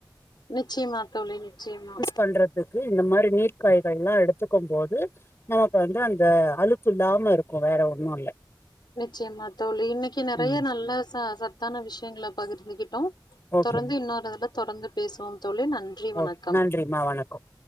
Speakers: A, on the left; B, on the left.
A: நிச்சயமா தோழி நிச்சயமா
B: பண்றதுக்கு இந்த மாரி நீர்க்காய் அதல்லா எடுத்துக்கும் போது நமக்கு வந்து அந்த அழுத்துல்லா ம்னு இருக்கு வேற ஒண்ணு இல்ல
A: நிச்சயமா தோழி இன்னைக்கு நெறைய
B: ம்
A: நல்ல ச சா சத்தான விஷயங்களை பகிர்ந்துகிட்டோ
B: ஓகேமா
A: தொடர்ந்து இன்னொரு இதுல தொடர்ந்து பேசுவோம் தோழி நன்றி வணக்கம்
B: ஓகே நன்றிம்மா வணக்கம்